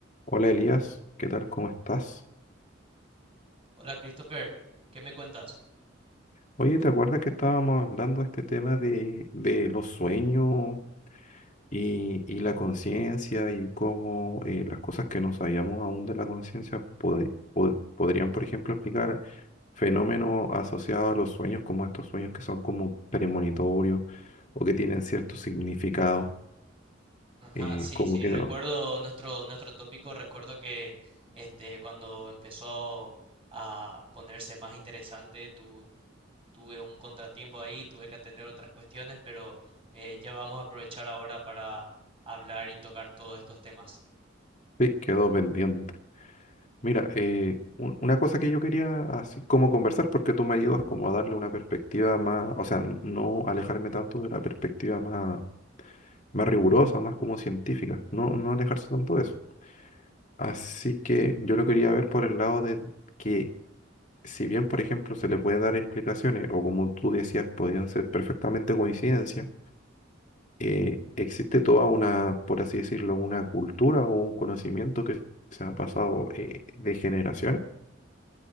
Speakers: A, on the left; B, on the right.
A: Hola Elías, ¿qué tal? ¿Cómo estás?
B: Hola Christopher, ¿qué me cuentas?
A: Oye, ¿te acuerdas que estábamos hablando de este tema de, de los sueños y, y la conciencia y cómo eh, las cosas que no sabíamos aún de la conciencia pod- pod- podrían, por ejemplo, explicar fenómenos asociados a los sueños, como estos sueños que son como premonitorios o que tienen cierto significado?
B: Ajá,
A: eh,
B: Mm, sí,
A: como
B: sí,
A: que
B: recuerdo
A: no,
B: nuestro, nuestro tópico, recuerdo que este, cuando empezó a ponerse más interesante, tu- tuve un contratiempo ahí, tuve que atender otras cuestiones, pero eh, ya vamos a aprovechar ahora para hablar y tocar todos estos temas.
A: sí, quedó pendiente. Mira, eh, un- una cosa que yo quería así como conversar, porque tú me ayudas como a darle una perspectiva más, o sea, n- no alejarme tanto de la perspectiva más, más rigurosa, más como científica, no, no alejarse tanto de eso. Así que yo lo quería ver por el lado de que si bien, por ejemplo, se le puede dar explicaciones, o como tú decías, podían ser perfectamente coincidencias, eh, existe toda una, por así decirlo, una cultura o un conocimiento que se ha pasado eh, de generación